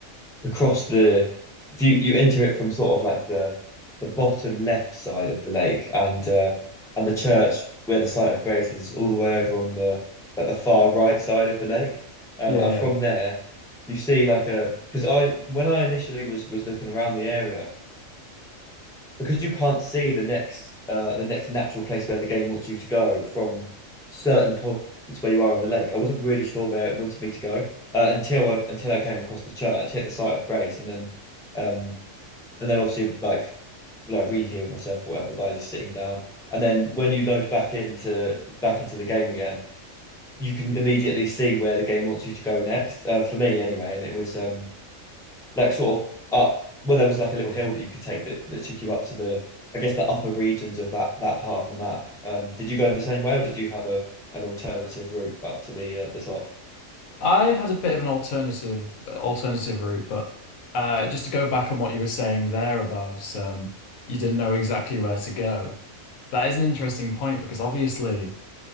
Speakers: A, in the centre; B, on the left (about 85°).
A: across the if you you enter it from sort of like the the bottom left side of the lake, and uh, and the church where the site of grace is, is all the way over on the like the far right side of the lake. Um,
B: Yeah,
A: and
B: yeah.
A: from there, you see like a because I when I initially was was looking around the area. because you can't see the next uh the next natural place where the game wants you to go from certain points where you are on the lake. I wasn't really sure where it wanted me to go uh, until I until I came across the church, hit the site of grace, and then um and then obviously like like re-heal myself or whatever by just sitting down. And then when you load back into back into the game again, you can immediately see where the game wants you to go next. Uh, for me anyway, and it was um like sort of up well there was like a little hill that you could take that, that took you up to the I guess the upper regions of that that part of the map. Um, did you go the same way or did you have a an alternative route up to the uh, the top?
B: I had a bit of an alternative alternative route, but uh, just to go back on what you were saying there about um, you didn't know exactly where to go. That is an interesting point because obviously